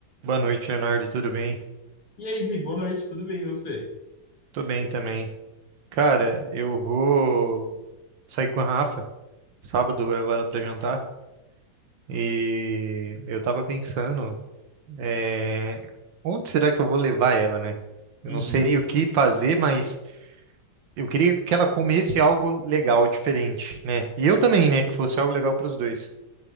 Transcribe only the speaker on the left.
E aí, Vi, boa noite, tudo bem e você?
Uhum,